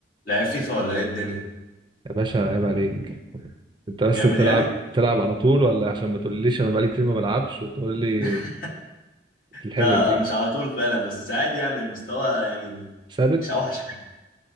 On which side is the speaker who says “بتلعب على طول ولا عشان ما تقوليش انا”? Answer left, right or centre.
Right